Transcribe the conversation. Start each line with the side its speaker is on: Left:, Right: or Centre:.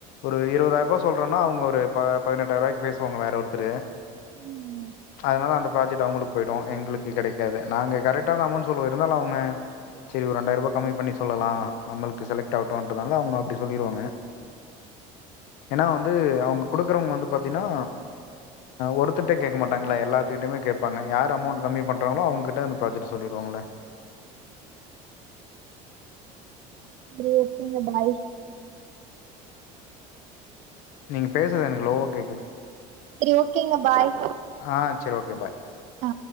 Left: ஒரு இருவதாயிர்வா சொல்றோன்னா அவங்க ஒரு ப பதினெட்டாயிரவாய்க் பேசுவாங்க வேற ஒருத்தரு
Right: ம்
Left: அதனால அந்த ப்ராஜெக்ட் அவங்களுக் போய்டு எங்களுக்கு கெடைக்காது நாங்க கரெக்டாதா அமௌண்ட் சொல்லுவோ இருந்தால அவங்க செரி ஒரு ரெண்டாயிரருவா கம்மி பண்ணி சொல்லலா நம்மளுக்கு செலக்ட் ஆகட்டுன்றனால அவங்க அப்படி சொல்லிருவாங்க ஏன்னா வந்து அவங்க கொடுக்குறவங்க வந்து பாத்தீங்கன்னா ஒருத்தர்ட்டே கேக்க மாட்டாங்கள எல்லா துகிட்டுமே கேப்பாங்க யார் அமொண்ட் கம்மி பண்றங்களோ அவ்ங்கிட்ட அந்த பிராஜெக்ட்ட சொல்லிருவாங்கள
Right: <unintelligible> பாய்
Left: நீங்க பேசுறது எனக்கு லோவா கேட்குது
Right: சரி ஓகேங்க பாய்
Left: ஆ சரி ஓகே பாய்
Right: ஆ